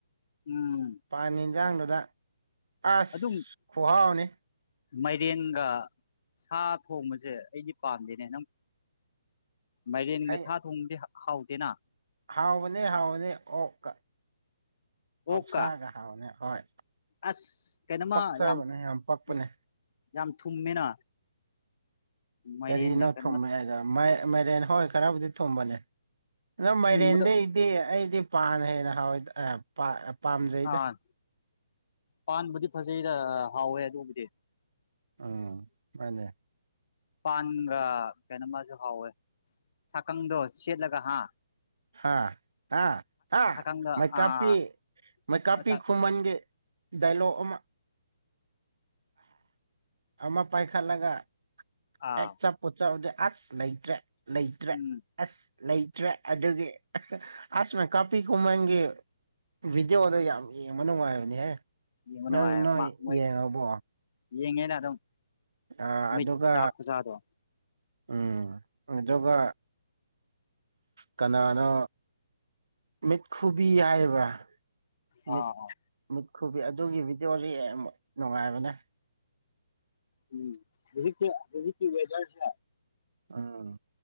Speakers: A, on the left (about 50°); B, on the right (about 70°).
A: ꯎꯝ
B: ꯄꯥꯟ ꯌꯦꯟꯖꯥꯡꯗꯨꯗ ꯑꯁ
A: ꯑꯗꯨꯝ
B: ꯈꯨꯍꯥꯎꯅꯤ
A: ꯃꯥꯏꯔꯦꯟꯒ ꯁꯥ ꯊꯣꯡꯕꯖꯦ ꯑꯩꯗꯤ ꯄꯥꯝꯗꯦꯅꯦ ꯅꯪ
B: <inaudible>
A: ꯃꯥꯏꯔꯦꯟꯒ
B: ꯑꯩ
A: ꯁꯥ ꯊꯣꯡꯕꯗꯤ ꯍꯥ ꯍꯥꯎꯇꯦꯅ
B: ꯍꯥꯎꯕꯅꯦ ꯍꯥꯎꯕꯅꯦ ꯑꯣꯛꯀ
A: ꯑꯣꯛꯀ
B: ꯑꯣꯛꯁꯥꯒ ꯍꯥꯎꯅꯦ ꯍꯣꯏ
A: ꯑꯁ ꯀꯩꯅꯣꯃ
B: ꯄꯛꯆꯕꯅꯦ
A: ꯌꯥꯝ
B: ꯄꯛꯄꯅꯦ
A: ꯌꯥ ꯌꯥꯝ ꯊꯨꯝꯃꯦꯅ ꯃꯥꯏꯔꯦꯟꯒ
B: ꯀꯔꯤꯅꯣ
A: ꯀꯩꯅꯣꯃ
B: ꯊꯨꯝꯃꯦ ꯍꯥꯏꯒ ꯃꯥꯏ ꯃꯥꯏꯔꯦꯟ ꯍꯣꯏ ꯈꯔꯕꯨꯗꯤ ꯊꯨꯝꯕꯅꯦ ꯑꯗꯣ ꯃꯥꯏꯔꯦꯟꯗꯩ
A: ꯊꯨꯝꯕꯗ
B: ꯗꯤ ꯑꯩꯗꯤ ꯄꯥꯅ ꯍꯦꯟꯅ ꯍꯥꯎꯋꯦ ꯗ ꯑꯥ ꯄꯥ ꯄꯥꯝꯖꯩꯗ
A: ꯑꯥ ꯄꯥꯟꯕꯨꯗꯤ ꯐꯖꯩꯔ ꯍꯥꯎꯋꯦ ꯑꯗꯨꯕꯨꯗꯤ
B: ꯑꯥ ꯃꯥꯅꯦ
A: ꯄꯥꯟꯒ ꯀꯩꯅꯣꯃꯁꯨ ꯍꯥꯎꯋꯦ ꯁꯥꯀꯪꯗꯣ ꯁꯦꯠꯂꯒ ꯍꯥ
B: ꯍꯥꯥ ꯍꯥ ꯍꯥ
A: ꯁꯥꯀꯪꯗ
B: ꯃꯩꯀꯥꯞꯄꯤ
A: ꯑꯥ
B: ꯃꯩꯀꯥꯞꯄꯤ
A: ꯑꯥ
B: ꯈꯨꯃꯟꯒꯤ ꯗꯥꯏꯂꯣꯛ ꯑꯃ ꯑꯃ ꯄꯥꯏꯈꯠꯂꯒ
A: ꯑꯥ
B: ꯍꯦꯛ ꯆꯞ ꯄꯣꯠꯆꯥꯎꯗꯤ ꯑꯁ ꯂꯩꯇ꯭ꯔꯦ ꯂꯩꯇ꯭ꯔꯦ
A: ꯎꯝ
B: ꯑꯁ ꯂꯩꯇ꯭ꯔꯦ ꯑꯗꯨꯒꯤ ꯑꯁ ꯃꯩꯀꯥꯞꯄꯤ ꯈꯨꯃꯟꯒꯤ ꯚꯤꯗꯤꯌꯣꯗꯣ ꯌꯥꯝ ꯌꯦꯡꯕ ꯅꯨꯡꯉꯥꯏꯕꯅꯤꯍꯦ
A: ꯌꯦꯡꯕ
B: ꯅꯪ
A: ꯅꯨꯡꯉꯥꯏ
B: ꯅꯣꯏ
A: ꯃꯣꯏ
B: ꯌꯦꯡꯉꯕꯣ
A: ꯌꯦꯡꯉꯦꯅ ꯑꯗꯨꯝ
B: ꯑ
A: ꯃꯣꯏ
B: ꯑꯗꯨꯒ
A: ꯆꯥꯛ ꯈꯨꯆꯥꯗꯣ
B: ꯎꯝ ꯑꯗꯨꯒ ꯀꯅꯥꯅꯣ ꯃꯤꯠꯈꯨꯕꯤ ꯍꯥꯏꯕ ꯕꯔꯥ
A: ꯑꯥ
B: ꯃꯤꯠ ꯃꯤꯠꯈꯨꯕꯤ ꯑꯗꯨꯒꯤ ꯚꯤꯗꯤꯌꯣꯖꯨ ꯌꯦꯡꯕ ꯅꯨꯉꯥꯏꯕꯅꯦ
A: ꯎꯝ ꯍꯨꯖꯤꯛꯀꯤ ꯍꯧꯖꯤꯛꯀꯤ ꯋꯦꯗꯔꯁꯦ
B: ꯑꯥ